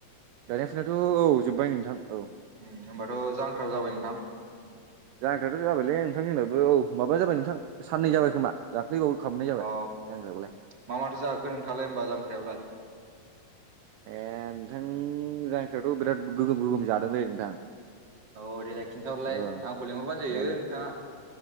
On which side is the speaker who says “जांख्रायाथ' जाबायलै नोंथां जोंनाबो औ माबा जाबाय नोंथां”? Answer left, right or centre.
Right